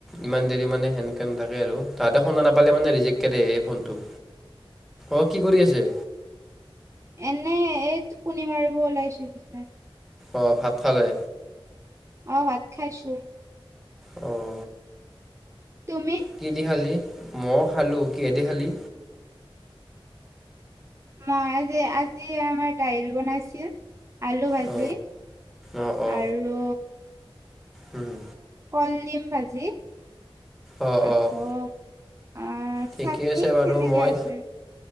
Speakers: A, in the centre; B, on the right.
A: ইমান দেৰি মানে, সেনকৈ নাথাকে আৰু, তাহাঁতে শোনা নাপালে মানে, ৰিজেক্টক আহে ফোনটো। অঁ', কি কৰি আছে?।
B: এনেই, এই টোপনি মাৰিব ওলাইছিলোঁ, বিচনাত।
A: অঁ', ভাত খালে।
B: অ', ভাত খাইছো।
A: অ।
B: তুমি?।
A: কি দি খালি? মই খালোঁ। কিহে দি খালি?।
B: মই আজি আজি আমাৰ দাইল বনাইছিল। আলু ভাজি
A: অ অ অ
B: আৰু
A: উম।
B: কলডিল ভাজি।
A: অ',
B: আকৌ
A: অ'।
B: আহ
A: ঠিকেই
B: চাটনি
A: আছে বাৰু
B: সেনেকে
A: মই
B: আছে